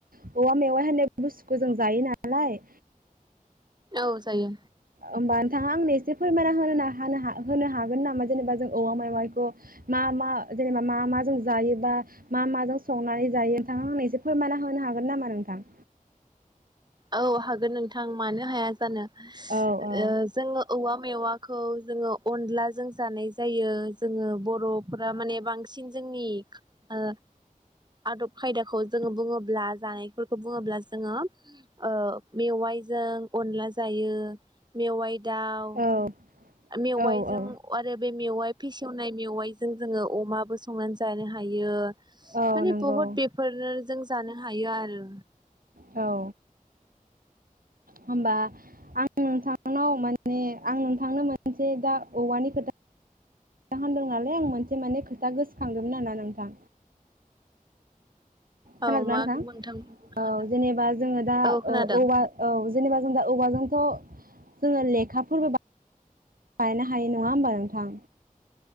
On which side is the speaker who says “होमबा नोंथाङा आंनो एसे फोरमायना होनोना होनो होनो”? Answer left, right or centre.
Right